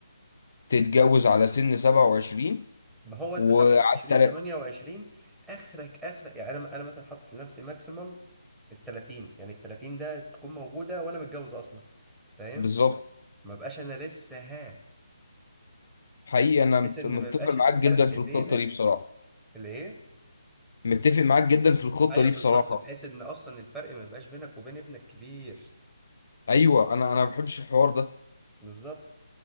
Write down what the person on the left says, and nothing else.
تتجوز على سن 27
وعلى
تلات
بالظبط
حقيقي انا مت-
متفق
معاك
جدا في
الخطه دي بصراحه
متفق معاك جدا في الخطه
دي
بصراحه
ايوه انا انا ما بحبش الحوار ده